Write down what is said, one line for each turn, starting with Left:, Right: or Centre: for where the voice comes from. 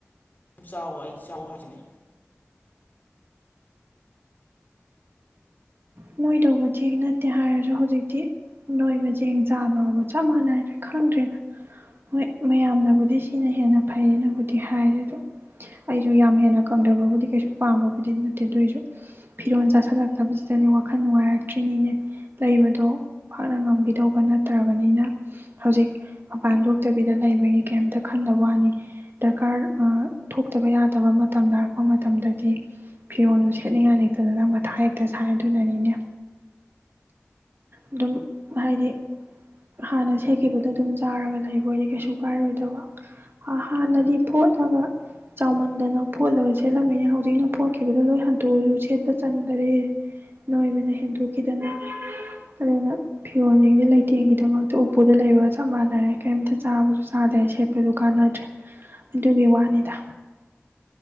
Left: ꯌꯥ ꯆꯥꯎꯋ ꯑꯩꯗꯤ ꯆꯥꯎꯋ ꯍꯥꯏꯖꯅꯤ
Right: ꯅꯣꯏ ꯇꯧꯕ ꯆꯦꯡ ꯅꯠꯇꯦ ꯍꯥꯏꯔꯁꯨ ꯍꯧꯖꯤꯛꯇꯤ ꯅꯣꯏꯕ ꯆꯦꯡ ꯆꯥꯕꯕꯨ ꯆꯞ ꯃꯥꯟꯅꯗ꯭ꯔꯦ ꯈꯪꯗ꯭ꯔꯦꯗ ꯍꯣꯏ ꯃꯌꯥꯝꯅꯕꯨꯗꯤ ꯁꯤꯅ ꯍꯦꯟꯅ ꯐꯩꯌꯦꯅꯕꯨꯗꯤ ꯍꯥꯏꯔꯦ ꯑꯗꯣ ꯑꯩꯁꯨ ꯌꯥꯝ ꯍꯦꯟꯅ ꯀꯪꯗꯕꯕꯨꯗꯤ ꯀꯩꯁꯨ ꯄꯥꯝꯕꯕꯨꯗꯤ ꯅꯠꯇꯦ ꯑꯗꯨꯑꯣꯏꯁꯨ ꯐꯤꯔꯣꯜ ꯆꯥꯁꯤꯜꯂꯛꯇꯕꯁꯤꯗꯗꯤ ꯋꯥꯈꯜ ꯅꯨꯡꯉꯥꯏꯔꯛꯇ꯭ꯔꯤꯅꯤꯅꯦ ꯂꯩꯕꯗꯣ ꯐꯥꯛꯅ ꯉꯝꯈꯤꯗꯧꯕ ꯅꯠꯇ꯭ꯔꯕꯅꯤꯅ ꯍꯧꯖꯤꯛ ꯃꯄꯥꯟ ꯊꯣꯛꯇꯕꯤꯗ ꯂꯩꯕꯒꯤ ꯀꯩꯝꯇ ꯈꯟꯗꯕ ꯋꯥꯅꯤ ꯗꯔꯀꯥꯔ ꯊꯣꯛꯇꯕ ꯌꯥꯗꯕ ꯃꯇꯝ ꯂꯥꯛꯔꯛꯄ ꯃꯇꯝꯗꯗꯤ ꯐꯤꯔꯣꯜꯗꯨ ꯁꯦꯠꯅꯤꯡꯉꯥꯏ ꯂꯩꯇꯗꯅ ꯃꯊꯥ ꯍꯦꯛꯇ ꯁꯥꯏꯗ ꯑꯗꯨꯅꯅꯤꯅꯦ ꯑꯗꯨꯝ ꯍꯥꯏꯗꯤ ꯍꯥꯟꯅ ꯁꯦꯠꯈꯤꯕꯗꯣ ꯑꯗꯨꯝ ꯆꯥꯔꯒ ꯂꯩꯕꯣꯏꯗꯤ ꯀꯩꯁꯨ ꯀꯥꯏꯔꯣꯏꯗꯕ ꯍꯥꯟꯅꯗꯤ ꯐꯣꯠꯂꯒ ꯆꯥꯎꯃꯟꯗꯅ ꯐꯣꯠꯂꯒ ꯁꯦꯠꯂꯝꯃꯤꯅꯦ ꯍꯧꯖꯤꯛꯅ ꯐꯣꯠꯈꯤꯕꯗꯣ ꯂꯣꯏ ꯍꯟꯇꯣꯛꯑꯁꯨ ꯁꯦꯠꯄ ꯆꯟꯗꯔꯦ ꯅꯣꯏꯕꯅ ꯍꯦꯟꯗꯣꯛꯈꯤꯗꯅ ꯑꯗꯨꯅ ꯐꯤꯔꯣꯟꯁꯤꯡꯁꯦ ꯂꯩꯇꯦꯡꯒꯤꯗꯃꯛꯇ ꯎꯄꯨꯗ ꯂꯩꯕꯒ ꯆꯞ ꯃꯥꯟꯅꯔꯦ ꯀꯔꯤꯝꯇ ꯆꯥꯕꯁꯨ ꯆꯥꯗ꯭ꯔꯦ ꯁꯦꯠꯄꯁꯨ ꯀꯥꯟꯅꯗ꯭ꯔꯦ ꯑꯗꯨꯒꯤ ꯋꯥꯅꯤꯗ